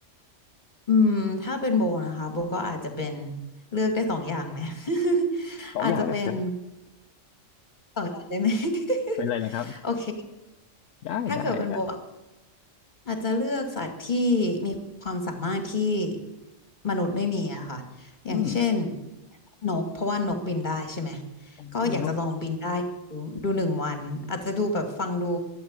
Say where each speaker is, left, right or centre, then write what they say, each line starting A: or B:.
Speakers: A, on the left; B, on the left.
A: อืมถ้าเป็นโบนะคะโบก็อาจจะเป็นเลือกได้สองอย่างไหม <laughs>
B: สองอย่างะ
A: อาจจะเป็น
B: <laughs>
A: สองอย่างได้ไหม <laughs>
B: เป็นอะไรนะครับ
A: โอเค
B: ได้ได้ได้
A: ถ้าเกิดเป็นโบ อาจจะเลือกสัตว์ที่มีความสามารถที่มนุษย์ไม่มีอะค่ะ อย่างเช่น
B: อืม
A: นกเพราะว่านกบินได้ใช่ไหม
B: โอ้อนก
A: ก็อยากจะลองบินได้ดูดูหนึ่งวันอาจจะดูแบบฟังดู